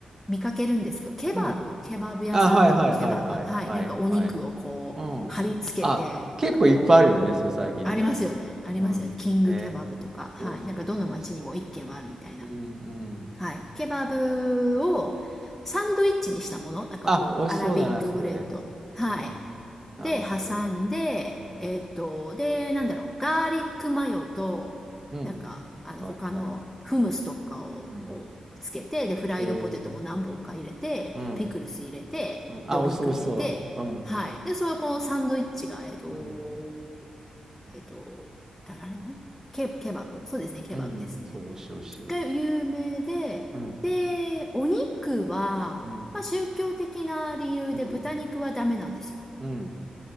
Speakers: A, in the centre; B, on the right.
A: 見かけるんですけど、ケバブ、
B: うん
A: ケバブ屋さんでこう、
B: あ、はいはいはいはいはいはい。
A: ケバブ、はい。なんかお肉をこう、
B: うん。
A: 貼り付けて、
B: あ、結構いっぱいあるよね、
A: なんかこう、
B: それ最近ね。
A: ありますよね。ありますよね。
B: うん。
A: キングケバブとか、
B: ね。
A: はい。
B: そうそうそうそ
A: なんかどの街にも一軒はあるみたいな。
B: う。うんうん。
A: はい。ケバブをサンドイッチにしたもの。なんかこう、
B: あ、美味しそうだな、
A: アラビックブレッド。
B: それ。
A: はい。
B: うん。なるほど。
A: で、挟んで、
B: うん。
A: えっと、で、なんだろう、ガーリックマヨと、
B: うん。
A: なんか、あの、
B: ガーリックマヨ。
A: 他のフムスとかをこう、
B: うん。うん。
A: つけて、で、フライドポテトも何本か入れて、
B: えー、うん。
A: ピクルス入れて、
B: うん、あ、
A: で、お肉入れて、
B: 美味しそう、美味しそう。うん。
A: はい。で、そのこのサンドイッチが、えっと、
B: うん。
A: えっと、ああれなんケ、ケバブそうですね、ケバブですね。
B: うん。うんそう、美味しい、美味しい。
A: が有名で、
B: うん。
A: で、お肉は、
B: うん。
A: まあ、宗教的な理由で豚肉はダメなんですよ。
B: うん。うん。